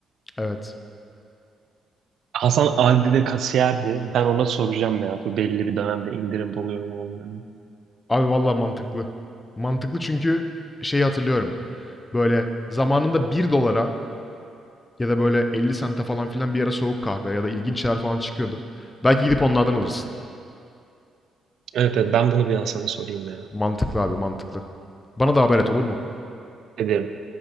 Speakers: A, on the left (about 20°); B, on the right (about 70°).
A: Evet.
B: Hasan Aldi'de kasiyerdi. Ben ona soracağım ya. Bu belli bir dönemde indirim oluyor mu olmuyor mu?
A: Abi vallahi mantıklı. Mantıklı çünkü şeyi hatırlıyorum. Böyle zamanında bir dolara ya da böyle 50 sente falan filan bir ara soğuk kahve ya da ilginç şeyler falan çıkıyordu. Belki gidip onlardan alırsın.
B: Evet evet ben bunu bir Hasan'a sorayım ya.
A: Mantıklı abi, mantıklı. Bana da haber et olur mu?
B: Ederim.